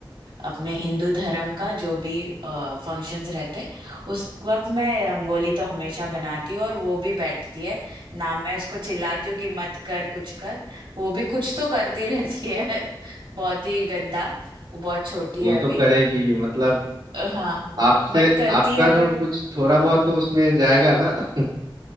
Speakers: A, on the right; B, on the right.
A: अपने हिंदू धर्म का जो भी फंक्शंस रहते उस वक्त मैं रंगोली तो हमेशा बनाती हूँ और वो भी बैठती है ना मैं उसको चिल्लाती हूँ कि मत कर कुछ कर वो भी कुछ तो करती रहती है <laughs> बहुत ही गंदा वो बहुत छोटी
B: वो
A: है अभी
B: तो करेगी मतलब
A: अ, हाँ
B: आपसे
A: बट करती
B: आपका
A: है
B: जो
A: बट
B: कुछ थोड़ा बहुत तो उसमें जाएगा ना <laughs>